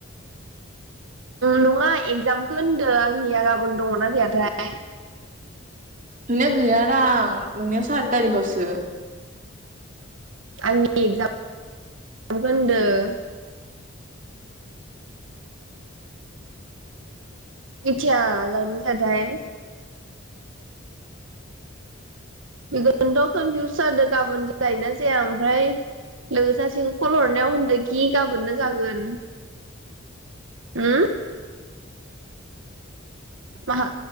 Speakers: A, on the right; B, on the right.
A: नंङा एगजामखौ होनदों आंनिया गाबोन दंङना गैयाथाय?
B: नोंनिया गैयाादां नोंनियाव सारि थारिखआवसो।
A: आंनि एगजामखो होनदों। मिथिया जागोना जायाथाय। बेखौनोथ कनफिउस जादों गाबोन जायोना जाया ओमफ्राय लोगो सासेखौ कल हरनायाव होनदोखि गाबोननो जागोन होम। माहा